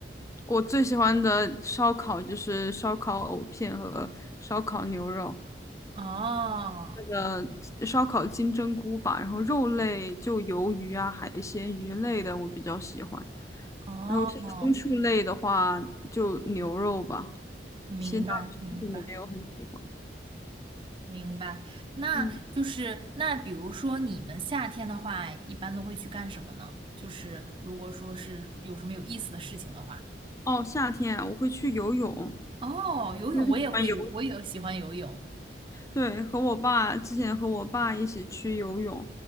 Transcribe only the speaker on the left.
我最喜欢的烧烤就是烧烤藕片和烧烤牛肉，
那个烧烤金针菇吧，然后肉类就鱿鱼啊、海鲜、鱼类的我比较喜欢，
然后像牲畜类的话就牛肉吧，
其他的就没有很喜欢。
嗯，
哦，夏天啊我会去游泳，
嗯，喜欢游
对，和我爸之前和我爸一起去游泳，